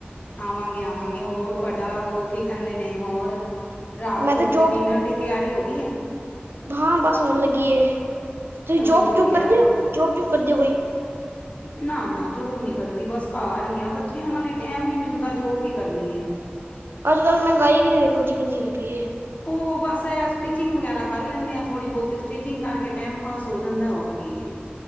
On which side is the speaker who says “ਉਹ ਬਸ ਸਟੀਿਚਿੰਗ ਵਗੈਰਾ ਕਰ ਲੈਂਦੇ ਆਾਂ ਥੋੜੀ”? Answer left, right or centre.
Left